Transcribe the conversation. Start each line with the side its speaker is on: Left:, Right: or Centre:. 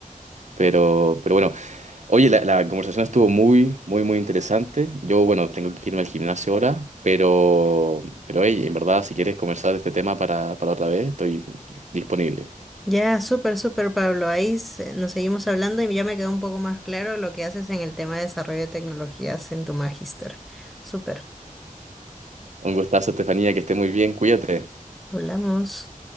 Right: Pero, pero bueno. Oye, la, la conversación estuvo muy, muy, muy interesante. Yo, bueno, tengo que irme al gimnasio ahora, pero, pero hey, en verdad, si quieres conversar de este tema para, para otra vez, estoy disponible.
Centre: Ya, súper, súper, Pablo. Ahí se- nos seguimos hablando y ya me quedó un poco más claro lo que haces en el tema de desarrollo de tecnologías en tu magíster. Súper,
Right: Un gustazo, Estefanía, que esté muy bien, cuídate.
Centre: hablamos.